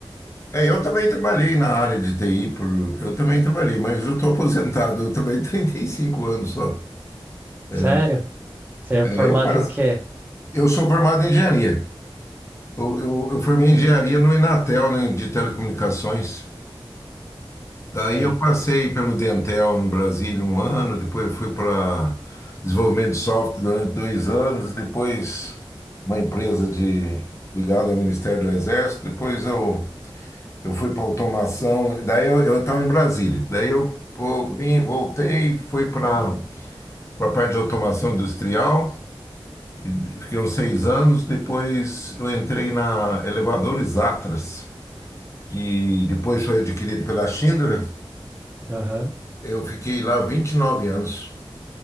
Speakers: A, on the left; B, on the right.
A: É, eu também trabalhei na área de TI, por, eu também trabalhei, mas eu estou aposentado, eu trabalhei <laughs> 35 anos só. É,
B: Sério? Você é
A: é,
B: formado
A: eu, passo-
B: em quê?
A: eu sou formado em engenharia. Eu, eu, eu formei engenharia no Inatel, né, de telecomunicações. Daí
B: Sei.
A: eu passei pelo Dentel no Brasília um ano, depois eu fui para desenvolvimento de software durante dois anos, depois uma empresa de ligada ao Ministério do Exército, depois eu, eu fui para automação, daí eu estava em Brasília, daí eu vo- vim, voltei, fui para a parte de automação industrial, e fiquei uns seis anos, depois eu entrei na elevadores Atlas. que depois foi adquirido pela Schindler.
B: Aham.
A: Eu fiquei lá 29 anos.